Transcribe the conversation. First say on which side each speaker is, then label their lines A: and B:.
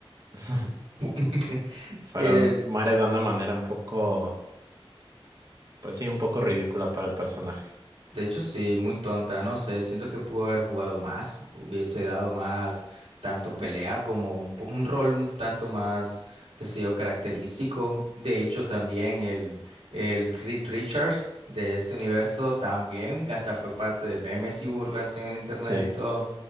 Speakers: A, on the right; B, on the right.
A: <laughs>
B: <laughs>
A: Fueron,
B: Eh,
A: muere de una manera un poco, pues sí, un poco ridícula para el personaje.
B: de hecho, sí, muy tonta, no sé, siento que pudo haber jugado más, hubiese dado más tanto pelea como un, po- un rol un tanto más, qué sé yo, característico. De hecho, también el, el Reed Richards de ese universo también, hasta fue parte de memes y burlas en el internet
A: Sí,
B: y todo.